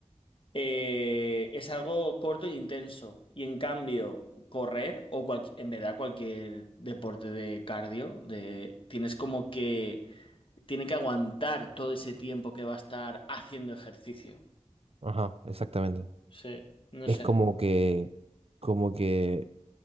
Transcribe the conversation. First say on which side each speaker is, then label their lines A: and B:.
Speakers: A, on the left; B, on the right.
A: eh, es algo corto e intenso. Y en cambio, correr o cualqui- en verdad cualquier deporte de cardio, de, tienes como que, tiene que aguantar todo ese tiempo que va a estar haciendo ejercicio.
B: Ajá, exactamente.
A: Sí, no
B: Es
A: sé.
B: como que, como que,